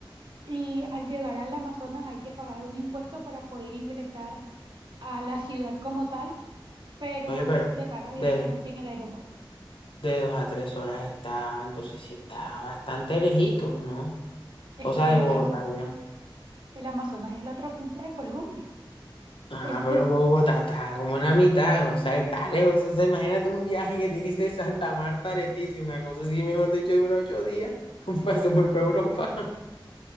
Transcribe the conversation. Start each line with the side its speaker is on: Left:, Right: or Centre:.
Right: Y al llegar al Amazonas hay que pagar un impuesto para poder ingresar a la ciudad como tal, pero
Left: oye, pero
Right: se paga directamente
Left: de,
Right: en el aeropuerto.
Left: de dos a tres horas está, entonces sí está bastante lejito, ¿no?
Right: Es
Left: O sea,
Right: que
Left: de Bogotá
Right: el,
Left: ya.
Right: el Amazonas es la otra punta de Colombia.
Left: Ah,
Right: Este,
Left: pero Bogotá está como en la mitad, o sea, está lejos. O sea, imagínate un viaje que tiene que ser de Santa Marta a Leticia, una cosa así, mejor dicho, dura ocho días. <laughs> Para eso voy para Europa. <laughs>